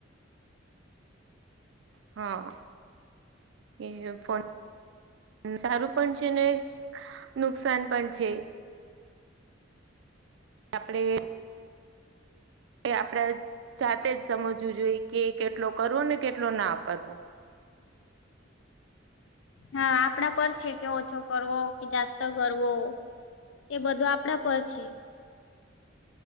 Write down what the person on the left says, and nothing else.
હા આપણા પર છે કે ઓછો કરવો કે જાસ્ત કરવો એ બધું આપણા પર છે.